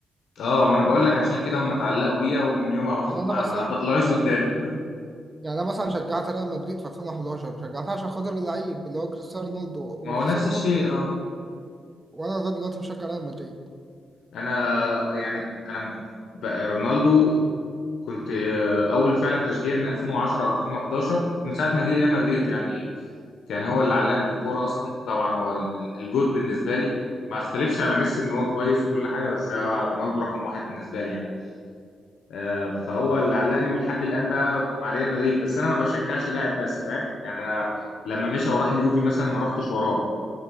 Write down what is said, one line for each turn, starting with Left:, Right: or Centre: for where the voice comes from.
Left: اه ما انا بقول لك عشان كده هم اتعلقوا بيها ومن يومها ما خ-
Right: يعني
Left: ما,
Right: انا مثلا
Left: ما, ما طلعوش
Right: آه.
Left: قدام
Right: يعني انا مثلا شجعت ريال مدريد في 2011 شجعتها عشان خاطر اللعيب اللي هو كريستيانو رونالدو
Left: <laughs>
Right: وكريستيانو
Left: ما هو نفس الشيء
Right: رونالدو مشي،
Left: اه
Right: وانا لغايه دلوقتي مشجع ريال مدريد
Left: انا يعني انا م- ب- رونالدو كنت آه، اول فعلا تشجيع من 2010 او 2011 من ساعة ما جه ريال مدريد يعني كان هو
Right: مم.
Left: اللي علقني بالكورة اصلا طبعا هو ال- ال- الجود بالنسبة لي ما اختلفش على ميسي ان هو كويس وكل حاجة بس هو رونالدو رقم واحد بالنسبة لي يعني آه، فهو اللي علقني ولحد الان بقى مع ريال مدريد بس انا ما بشجعش لاعب بس فاهم يعني انا لما مشى وراح اليوفي مثلا ما رحتش وراه